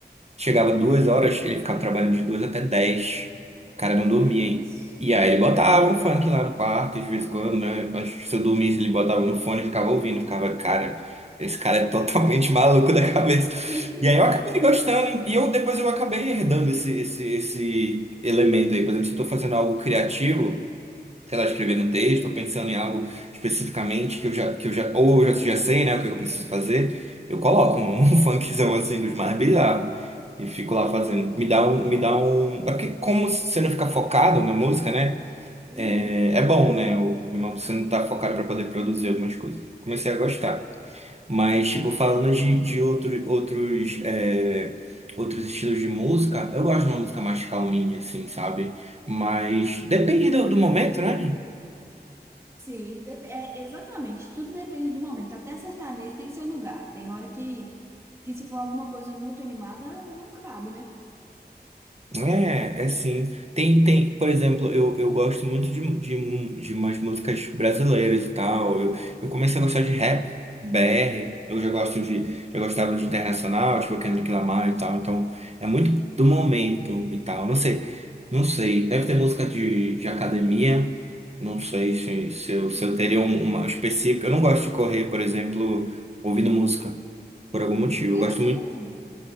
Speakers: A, on the right (about 40°); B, on the right (about 15°).
A: Chegava duas horas, ele ficava trabalhando de duas até dez. O cara não dormia
B: Que isso,
A: e
B: cara?
A: aí ele botava um funk lá no quarto, de vez em quando, né? Mas Se eu dormisse, ele botava no fone e ficava ouvindo, ficava, cara, esse cara é totalmente <laughs> maluco da cabeça.
B: <laughs>
A: E aí eu acabei gostando, hein? e eu depois eu acabei herdando esse, esse, esse elemento aí. Por exemplo, se eu tô fazendo algo criativo, sei lá, escrevendo um texto, tô pensando em algo especificamente que eu já, que eu já, ou eu já, já sei, né, o que eu preciso fazer, eu coloco um, <laughs> um funkzão assim dos mais bizarros. E fico lá fazendo. Me dá um, me dá um. é Porque como você não fica focado na música, né?
B: Uhum.
A: É, é bom, né? O, o Rimão você não tá focado para poder produzir algumas coisas. Comecei a gostar. Mas, tipo, falando de, de outro, outros, é, outros estilos de música, eu gosto de uma música mais calminha, assim, sabe? Mas depende do, do momento, né?
B: Sim, dep- é, exatamente. Tudo depende do momento. Até sertanejo tem seu lugar. Tem hora que, que se for alguma coisa muito animada, não cabe, né?
A: É, é sim. Tem, tem, por exemplo, eu, eu gosto muito de, de, mu- de umas músicas brasileiras e tal. Eu, eu comecei a gostar de rap, BR. Eu já gosto de, já gostava de internacional, tipo Kendrick Lamar e tal. Então, é muito do momento e tal. Não sei, não sei. Deve ter música de, de academia. Não sei se, se eu,
B: <laughs>
A: se eu teria um- uma específica. Eu não gosto de correr, por exemplo, ouvindo música, por algum motivo. Eu gosto
B: É mesmo?